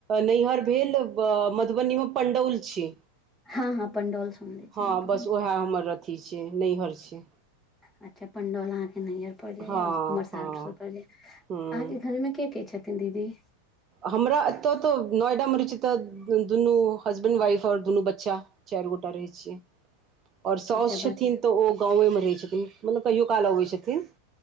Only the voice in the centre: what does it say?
हँ हँ पंडौल सुनने छियै
मधुबनी
अच्छा पंडोलहाँ के नैहर पजाइया
उमर साालठ
स पड़ जाया
अहाँके घर में के के छथिन दीदी
अच्छा
बाकी